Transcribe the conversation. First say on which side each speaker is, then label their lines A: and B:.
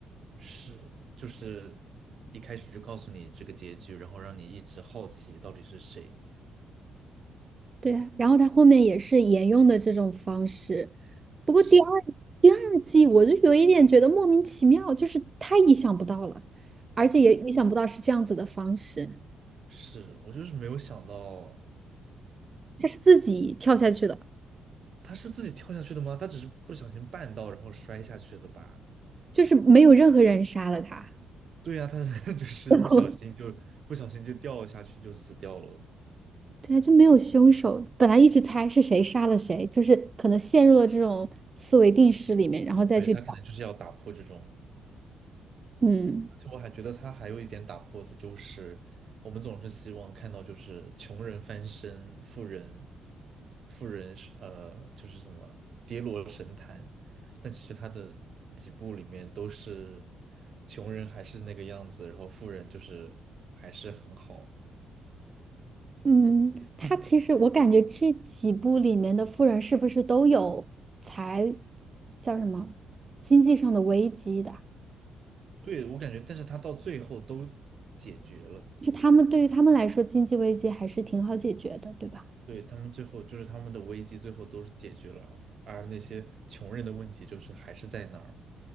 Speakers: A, on the right; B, on the right.
A: 是，就是一开始就告诉你这个结局，然后让你一直好奇到底是谁。
B: 对啊，然后他后面也是沿用的这种方式，不过第二
A: 是
B: 第二季我就有一点觉得莫名其妙，就是太意想不到了，而且也意想不到是这样子的方式，
A: 是，我就是没有想到
B: 他是自己跳下去的，
A: 他是自己跳下去的吗？他只是不小心绊到，然后摔下去的吧？
B: 就是没有任何人杀了他，
A: 对呀，他是 <laughs> 就是不小心就不小心就掉下去就死掉了。
B: <laughs> 对啊，就没有凶手，本来一直猜是谁杀了谁，就是可能陷入了这种思维定式里面，然后再去找，
A: 对，他可能就是要打破这种。
B: 嗯。
A: 而且我还觉得他还有一点打破的就是，我们总是希望看到就是穷人翻身，富人，富人是呃就是什么跌落神坛，但其实他的几部里面都是穷人还是那个样子，然后富人就是还是很好。
B: 嗯，他其实我感觉这几部里面的富人是不是都有财，叫什么，经济上的危机的？
A: 对，我感觉，但是他到最后都解决了，
B: 是他们对于他们来说，经济危机还是挺好解决的，对吧？
A: 对，他们最后就是他们的危机最后都是解决了，而那些穷人的问题就是还是在那儿。